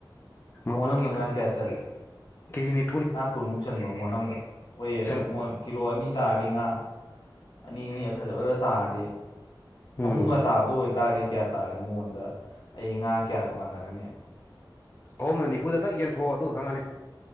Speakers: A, on the left; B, on the left.
A: ꯃꯥꯕꯨ
B: ꯃꯣꯟ ꯑꯃꯗ
A: ꯀ
B: ꯉꯥ ꯀꯌꯥ ꯆꯜꯂꯦ
A: ꯀꯖꯤꯅꯤ
B: ꯉꯥ ꯀꯨꯟꯃꯨꯛ ꯆꯟꯕ ꯃꯣ ꯑꯃꯗ ꯑꯣꯏꯌꯦ
A: ꯁꯜ
B: ꯑꯗꯨ ꯀꯤꯂꯣ ꯑꯅꯤ ꯇꯥꯔꯗꯤ ꯉꯥ ꯑꯅꯤ ꯑꯅꯤ ꯐꯖꯕꯗ ꯇꯥꯔꯗꯤ
A: ꯎꯝ
B: ꯑꯍꯨꯝꯒ ꯇꯥꯕꯗ ꯑꯣꯏꯇꯥꯔꯗꯤ ꯀꯌꯥ ꯇꯥꯔꯦ ꯃꯉꯣꯟꯗ ꯑꯩ ꯉꯥ ꯀꯌꯥꯒ ꯃꯥꯟꯅꯔꯅꯤ
A: ꯑꯍꯨꯝꯅ ꯅꯤꯐꯨꯗ ꯊꯛ ꯌꯦꯟꯊꯣꯛ ꯑꯗꯨꯒ ꯈꯪꯉꯅꯤ